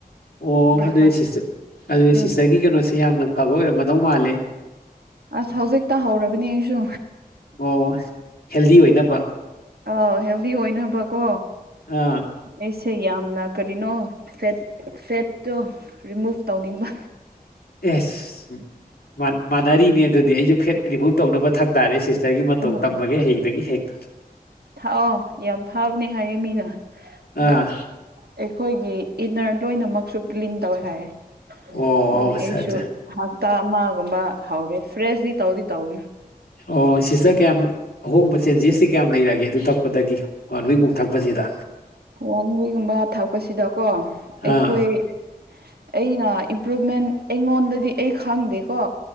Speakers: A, on the left; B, on the right.
A: ꯑꯣ
B: ꯕ꯭ꯔꯦꯛꯐꯥꯁ
A: ꯑꯗꯨꯗꯤ ꯁꯤꯁꯇ ꯑꯗꯨꯗꯤ
B: ꯎꯝ
A: ꯁꯤꯁꯇꯔꯒꯤ ꯀꯩꯅꯣꯁꯦ ꯌꯥꯝꯅ ꯐꯕ ꯑꯣꯏꯔꯝꯒꯗꯧ ꯃꯥꯜꯂꯦ
B: ꯑꯁ ꯍꯧꯖꯤꯛꯇ ꯍꯧꯔꯕꯅꯦ ꯑꯩꯁꯨ
A: ꯑꯣ ꯍꯦꯜꯗꯤ ꯑꯣꯏꯅꯕ
B: ꯑꯥ ꯍꯦꯜꯗꯤ ꯑꯣꯏꯅꯕꯀꯣ
A: ꯑꯥ
B: ꯑꯦꯁꯦ ꯌꯥꯝꯅ ꯀꯔꯤꯅꯣ ꯐꯦꯠ ꯐꯦꯠꯇꯣ ꯔꯤꯃꯨꯚ ꯇꯧꯅꯤꯡꯕ
A: ꯑꯦꯁ ꯃꯥꯟ ꯃꯥꯟꯅꯔꯤꯅꯦ ꯑꯗꯨꯗꯤ ꯑꯩꯖꯨ ꯐꯦꯠ ꯔꯤꯃꯨꯚ ꯇꯧꯅꯕ ꯊꯛ ꯇꯥꯔꯦ ꯁꯤꯁꯇꯔꯒꯤ ꯃꯠ ꯃꯇꯧ
B: ꯑ
A: ꯇꯝꯃꯒꯦ ꯍꯥꯌꯦꯡꯗꯒꯤ ꯍꯦꯛꯇ
B: ꯊꯥꯛꯑꯣ ꯌꯥꯝ ꯐꯕꯅꯦ ꯍꯥꯏꯌꯦꯦ ꯃꯤꯅ ꯑꯗꯨ
A: ꯑꯥ
B: ꯑꯩꯈꯣꯏꯒꯤ ꯏꯟꯅꯔ ꯂꯣꯏꯅꯃꯛꯁꯨ ꯀ꯭ꯂꯤꯟ ꯇꯧꯋꯦ ꯍꯥꯏ
A: ꯑꯣ
B: ꯑꯗꯨꯒꯝ
A: ꯑꯠꯆꯥ
B: ꯑꯩꯁꯨ
A: ꯑꯠꯆꯥ
B: ꯍꯞꯇꯥ ꯑꯃꯒꯨꯝꯕ ꯍꯧꯔꯦ ꯐ꯭ꯔꯦꯁꯗꯤ ꯇꯧꯗꯤ ꯇꯧꯏ
A: ꯑꯣ ꯁꯤꯁꯇꯔ ꯀꯌꯥꯝ ꯑꯍꯣꯡꯕ ꯆꯦꯟꯖꯦꯁꯁꯤ ꯀꯌꯥꯝ ꯂꯩꯔꯒꯦ ꯑꯗꯨ ꯊꯛꯄꯗꯒꯤ ꯋꯥꯟ ꯋꯤꯛꯃꯨꯛ ꯊꯛꯄꯁꯤꯗ
B: ꯋꯥꯟ ꯋꯤꯛꯀꯨꯝꯕ ꯊꯥꯛꯄꯁꯤꯗꯀꯣ ꯑꯩꯈꯣꯏ
A: ꯑꯥ
B: ꯑꯩꯅ ꯏꯝꯄ꯭ꯔꯨꯚꯃꯦꯟ ꯑꯩꯉꯣꯟꯗꯗꯤ ꯑꯩ ꯈꯪꯗꯦ ꯀꯣ